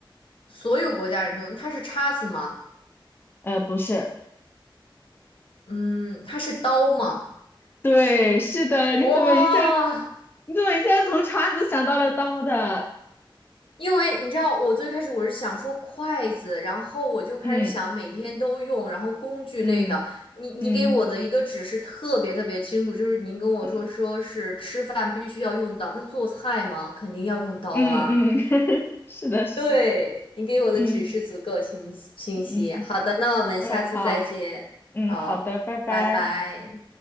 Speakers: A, on the left (about 80°); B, on the left (about 25°).
A: 所有国家人都用，它是叉子吗？
B: 呃，不是，
A: 嗯，它是刀吗？
B: 对，是的，你怎么一下，
A: 哇、
B: 你怎么一下从叉子想到了刀的？
A: 因为你知道，我最开始我是想说筷子，然后我就开始想每天都用，
B: 嗯
A: 然后工具类的。
B: 嗯
A: 你你给我的一个指示特别特别清楚，
B: 嗯
A: 就是您跟我说说是吃饭必须要用到，
B: 嗯
A: 那做菜嘛，肯定要用刀啦。
B: 嗯嗯，<laughs> 是的，是的，
A: 对，你给我的指示足够清晰清晰。
B: 嗯嗯
A: 好的，那我们下次再见。
B: 嗯，好，嗯，
A: 好，
B: 好的，拜拜。
A: 拜拜。